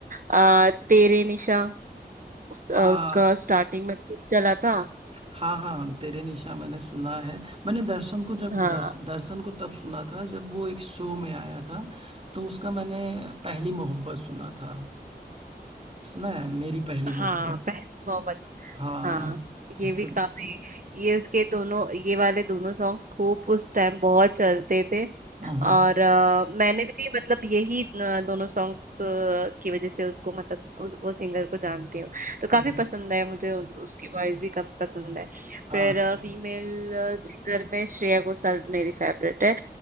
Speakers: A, on the right; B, on the right.
A: अ, तेरे निशा
B: आ
A: अ, उसका स्टार्टिंग में खूब चला था
B: हाँ हाँ तेरे निशा मैंने सुना है मैंने दर्शन को जब
A: हाँ
B: दर्श, दर्शन को तब सुना था जब वो एक शो में आया था तो उसका मैंने पहली मोहब्बत सुना था सुना है मेरी पहली
A: हाँ
B: मोहब्बत
A: पहली मोहब्बत
B: हाँ
A: हाँ ये
B: इस
A: भी
B: पे
A: काफी ये इसके दोनों ये वाले दोनों सॉन्ग खूब उस टाइम बहुत चलते थे
B: हम्म
A: और
B: हम्म
A: अ, मैंने भी मतलब यही अ, दोनों सॉन्ग्स की वजह से उसको मतलब उस, वो सिंगर को जानती हूँ तो काफी
B: हम्म,
A: पसंद है मुझे उन- उसकी वॉइस भी काफी पसंद है
B: हाँ
A: फिर
B: हाँ
A: फीमेल सिंगर में श्रेया घोषाल मेरी फेवरेट है